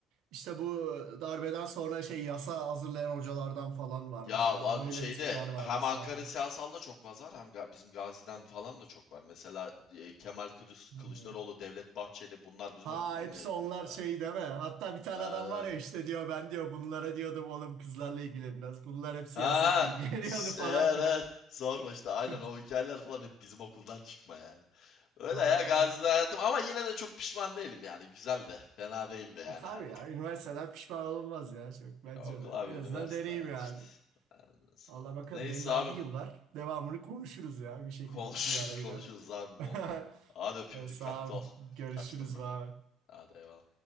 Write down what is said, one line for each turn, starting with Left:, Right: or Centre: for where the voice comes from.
Right: İşte bu darbeden sonra şey yasa hazırlayan hocalardan falan varmış
Left: Ya
Right: falan.
Left: var
Right: Öyle
Left: şeyde
Right: tipler varmış
Left: hem Ankara
Right: yani.
Left: siyasalda çok fazla var hem Ga- bizim Gazi'den falan da çok var. Mesela e, Kemal Kılıç,
Right: Hmm.
Left: Kılıçdaroğlu, Devlet Bahçeli bunlar bizim
Right: Ha
Left: okuldan
Right: hepsi
Left: mezun
Right: onlar
Left: mesela.
Right: şey değil mi? Hatta bir tane
Left: Ha,
Right: adam var ya işte diyor ben diyor bunlara diyordum oğlum kızlarla ilgilenmez. Bunlar hep siyasetle
Left: ha,
Right: ilgileniyordu
Left: ş-
Right: <laughs> falan
Left: evet.
Right: filan.
Left: Sorma işte aynen
Right: <laughs>
Left: o hikayeler falan hep bizim okuldan çıkma yani. Öyle
Right: Vallahi.
Left: ya Gazi'de hayatım ama yine de çok pişman değilim yani güzel de fena değildi yani
Right: E, tabii
Left: hani.
Right: ya üniversiteden pişman olunmaz ya çok bence
Left: Okul
Right: de.
Left: abi
Right: En
Left: üniversite
Right: azından deneyim
Left: hayatı
Right: yani.
Left: işte. Ondan sonra.
Right: Allah bakalım
Left: Neyse
Right: benim daha
Left: abim.
Right: bir yıl var. Devamını konuşuruz ya
Left: <laughs>
Right: bir şekilde
Left: Konuşuruz
Right: bir ara yine.
Left: konuşuruz abim
Right: <laughs>
Left: oldu. Hadi öpeyim
Right: E,
Left: dikkatli
Right: Sağ
Left: ol.
Right: ol. Görüşürüz
Left: Kaçtım ben.
Right: abi.
Left: Hadi eyvallah.